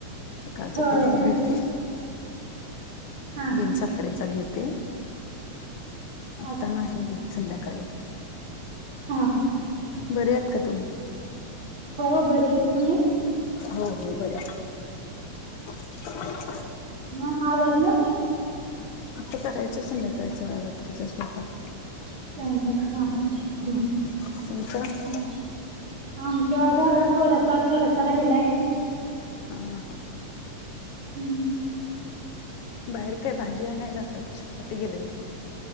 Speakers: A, on the left (about 75°); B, on the right (about 45°).
A: सकाळचा
B: होय
A: थोडा घेते
B: हां
A: बिन
B: हां
A: साखरेचा घेते आता
B: अच्छा
A: नाही घेत संध्याकाळी घेते
B: हा
A: बरे आहात का तुम्ही?
B: हो बरी आहे की तुम्ही
A: हो हो बरी आहे <unintelligible>
B: हा आवरलं
A: आता करायचं संध्याकाळचं रात्रीच स्वयंपाक
B: स्वयंपाक हा हा हम
A: हा तुमचा हा
B: आमच्या झाला थोडासा थोडासा राहिलाय
A: हां हा
B: हम्म.
A: बाहेर काय भाजी आणायला का का कशासाठी गेलेला